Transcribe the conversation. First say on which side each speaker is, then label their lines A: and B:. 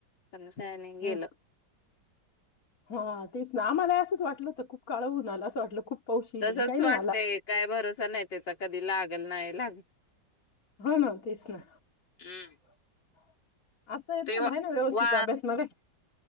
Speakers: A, on the left; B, on the left.
A: पण काय नाही गेलं
B: हं हा तेच ना आम्हाला असंच वाटलं होत खूप काळ होऊन आलं असं वाटलं खूप पाऊस येईल
A: तसच
B: काही नाही
A: वाटतय
B: आला
A: काय भरोसा नाही त्याचा कधी लागल नाही लागल
B: हा ना तेच ना
A: हम्म
B: आता येतोय
A: ते वा
B: ना आहे ना व्यवस्थित
A: वा
B: अभ्यास मगाशी